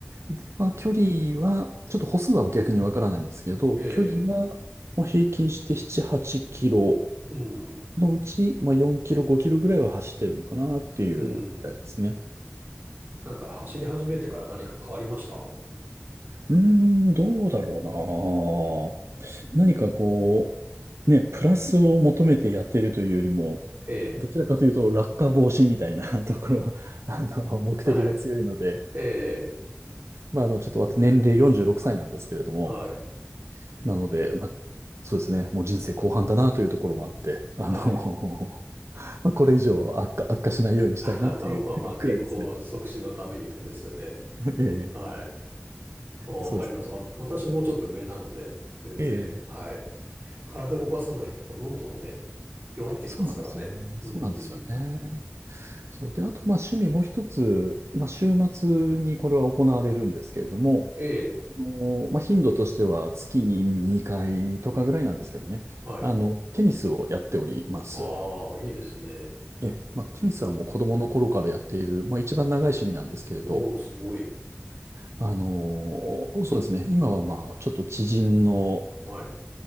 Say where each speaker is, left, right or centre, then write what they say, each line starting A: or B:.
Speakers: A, on the right; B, on the right.
A: で、まあ、距離は、ちょっと歩数は逆にわからないんですけど、
B: ええ、
A: 距離は、まあ、平均して7、8キロ
B: うん、
A: のうち、まあ、4キロ、5キロぐらいは走ってるのかなっていうぐらいですね。
B: うん。なんか走り始めてから何か変わりました
A: うーん、どうだろうな。何かこう、ね、プラスを求めてやってるというよりも、
B: ええ、
A: どちらかというと落下防止みたいな <laughs> ところ、あの、目的が強いので、
B: はい。ええ、
A: まあ、あの、ちょっと私年齢46歳なんですけれども、
B: はい。
A: なので、まあ、そうですね、もう人生後半だなというところもあって、
B: はい。
A: あの、<laughs> まあ、これ以上悪化、悪化しないようにしたいなっていうくらいですね。
B: <laughs> まあまあ、健康促進のためにとですよね。
A: <laughs>
B: はい。
A: ええ
B: まあ、
A: そうです。
B: わかります。わ、私もうちょっと上なので、全然、
A: ええ、
B: はい。体動かさないと、
A: そう
B: やっぱどんどんね、弱ってきますからね。
A: そうなんですよね。
B: うん。
A: そうなんですよね。そう。で、あと、まあ、趣味もう一つ、まあ、週末にこれは行われるんですけれども、
B: ええ、
A: あの、まあ、頻度としては月に2回とかぐらいなんですけどね。
B: はい。
A: あの、テニスをやっております。
B: ああ、いいですね。
A: え、まあ、テニスはもう子供の頃からやっている、まあ、一番長い趣味なんですけれど、
B: おお、すごい。
A: あの、そうですね。今はまあ、ちょっと知人の、
B: はい。